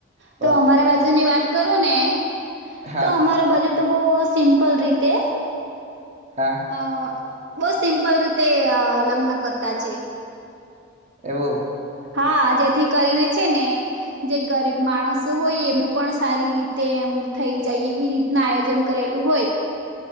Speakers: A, on the right; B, on the right.
A: પણ
B: તો અમારા બાજુની વાત કરું ને
A: હા
B: તો અમારા બાજુ તો બહ સિમ્પલ રીતે
A: હા
B: આ બો સિમ્પલ રીતે લગ્ન કરતા છે
A: એવું
B: હા જેથી કરીને છે ને જે ગરીબ માણસો હોય એમનું પણ સારી રીતે એમ થઈ જાય એવી રીતના આયોજન કરેલું હોય